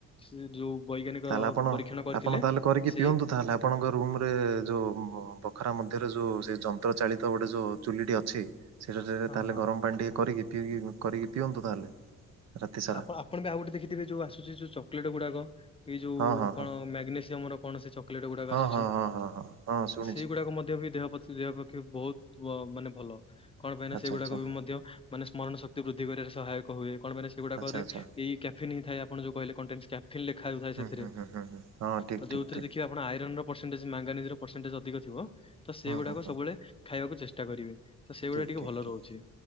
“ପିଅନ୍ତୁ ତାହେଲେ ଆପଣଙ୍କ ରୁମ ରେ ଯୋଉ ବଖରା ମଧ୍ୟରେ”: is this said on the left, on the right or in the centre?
Right